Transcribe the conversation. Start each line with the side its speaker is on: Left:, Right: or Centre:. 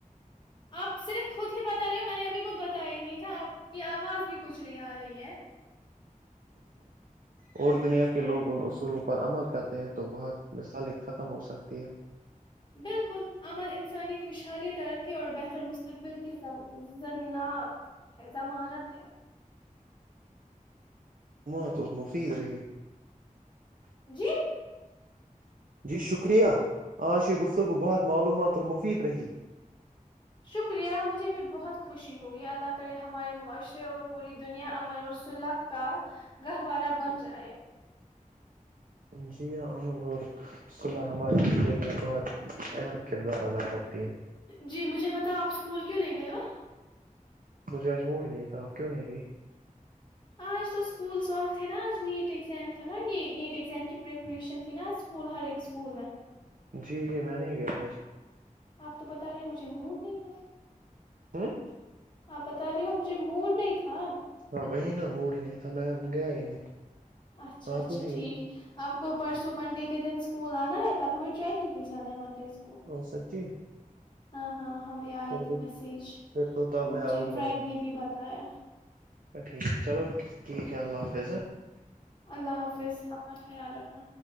Left: آپ صرف خود ہی بتا رہے ہو میں نے ابھی کھ بتایا ہی نہیں تھا آپ کی آواز بھی کچھ نہیں آ رہی ہے
Right: اور دنیا کے لوگ ان اصولوں پر عمل کرتے ہیں تو بہت مثالی ختم ہو سکتی ہے
Left: بالکل امن انسانی خوشحالی ترقی اور بہتر مستقبل کین ہے ضمانت ہے
Right: مات اور مفید رہے
Left: جی
Right: جی شکریہ آج یہ گفتگو بہت معلومات اور مفید رہی
Left: شکریہ مجھے بھی بہت خوشی ہوئی اللہ کرے ہمارے معاشرے اور پوری دنیا امن اورسح کا گہوارہ بن جائے
Right: جی ہاں امن اور صلح ہماری زندگی میں بہت اہم کردار ادا کرتے
Left: جی مجھے پتا آپ اسکول کیوں نہیں گئے ہو
Right: مجھے اجموور ہی نہیں تھا آپ کیوں نہیں گئے؟
Left: آج تو اسکول ساف تھے نا آج نیٹ ایگزام تھا نا یہ نیٹ ایگزام کی پریپریشن تھی نا آج اسکول ہر اسکول میں
Right: جی جی میں نہیں گیا آج
Left: آپ تو بتا رہے مجھے موڈ نہیں تھا
Right: ہوں
Left: آپ بتا رہے ہو مجھے موڈ نہیں تھا
Right: ہاں وہی نا موڑ ہی نہیں تھا میں گیا ہی نہیں
Left: اچھا
Right: آپ
Left: اچھا
Right: کیوں نہیں
Left: ٹھیک
Right: گئی
Left: آپ کو پرسوں منڈے کے دن اسکول آنا ہے تب ہمیں ٹریکنگ پہ جا ہے مڈے اسک
Right: اورو سچی
Left: ہاں ہاں ہمیں آئی
Right: پھر
Left: تھی
Right: تو
Left: میسج
Right: پھر تو تب
Left: اور
Right: میں
Left: مجھے
Right: آؤں
Left: فرینڈ
Right: گا
Left: نے بھی بتایا
Right: ٹھیک چلو ٹھیک ہے اللہ حافظ
Left: اللہ حافظ اپنا خیال رکھنا